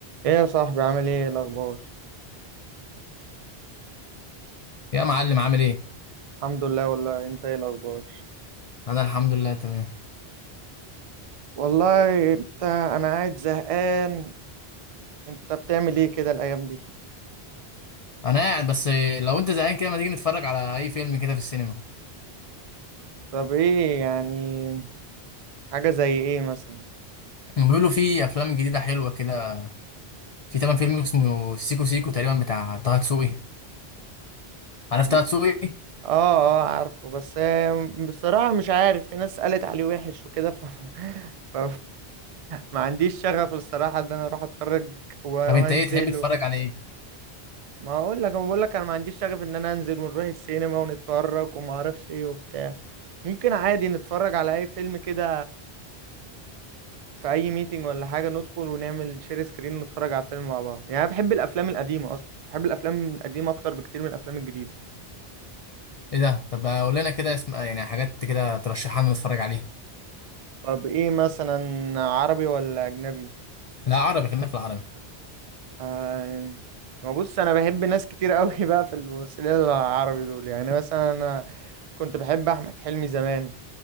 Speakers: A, on the right; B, on the left.
A: ايه يا صاحبي عامل ايه إيه الاخبار
B: يا معلم عامل ايه
A: الحمد لله والله انت ايه الاخبار
B: انا الحمد لله تمام
A: والله انت انا قاعد زهقان انت بتعمل ايه كده الايام دي
B: انا قاعد بس لو انت زهقان كده ما تيجي نتفرج على اي فيلم كده في السينما
A: طب ايه يعني حاجة زي ايه مثلا
B: هم بيقولوا في افلام جديده حلوه كده في تمام فيلم اسمه سيكو سيكو تقريبا بتاع طه دسوقي عارف
A: م-
B: طه دسوقي
A: اه اه عارفه بس آه، بصراحة مش عارف في ناس قالت عليه وحش وكده ف... <laughs> ف... ما عنديش شغف الصراحة ان انا اروح اتفرج و-
B: طب انت
A: وانزل
B: ايه تحب تتفرج على ايه
A: ما اقول لك انا بقول لك انا ما عنديش شغف ان انا انزل ونروح السينما ونتفرج وما اعرفش ايه وبتاع ممكن عادي نتفرج على اي فيلم كده في اي ميتنج ولا حاجه ندخل ونعمل شير سكرين ونتفرج على الفيلم مع بعض يعني انا بحب الافلام القديمه اصلا بحب الافلام القديمه اكتر بكتير من الافلام الجديده
B: ايه ده طب قول لنا كده اسم يعني حاجات كده ترشحها لنا نتفرج عليها
A: طب ايه مثلا عربي ولا اجنبي
B: لا عربي خلينا في العربي
A: آه... ما بص انا بحب ناس كتير قوي <laughs> بقى في الممثلين العربي دول يعني مثلا انا كنت بحب احمد حلمي زمان